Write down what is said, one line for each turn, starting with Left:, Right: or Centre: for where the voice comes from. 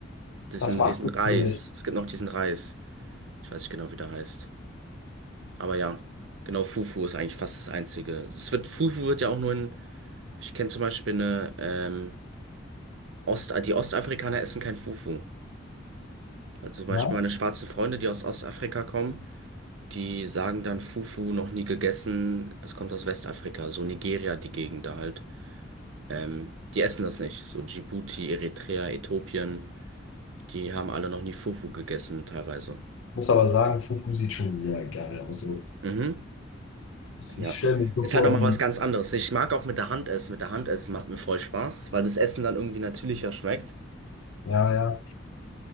Right: Diesen,
Left: das war's
Right: diesen
Left: so
Right: Reis.
Left: ziemlich.
Right: Es gibt noch diesen Reis. Ich weiß nicht genau, wie der heißt. Aber ja, genau, Fufu ist eigentlich fast das Einzige. Es wird, Fufu wird ja auch nur in, ich kenne zum Beispiel eine, ähm, Ost, die Ostafrikaner essen kein Fufu. Also zum Beispiel
Left: Ja.
Right: meine schwarzen Freunde, die aus Ostafrika kommen, die sagen dann Fufu noch nie gegessen. Das kommt aus Westafrika, so Nigeria, die Gegend da halt. Ähm, die essen das nicht. So Djibouti, Eritrea, Äthiopien, die haben alle noch nie Fufu gegessen teilweise.
Left: Muss aber sagen, Fufu sieht schon sehr geil aus. So.
Right: Mhm,
Left: Ich,
Right: ja.
Left: ich stelle mir so
Right: Ist
Left: vor,
Right: halt nochmal
Left: wie.
Right: was ganz anderes. Ich mag auch mit der Hand essen. Mit der Hand essen macht mir voll Spaß, weil das Essen dann irgendwie natürlicher schmeckt.
Left: Ja, ja.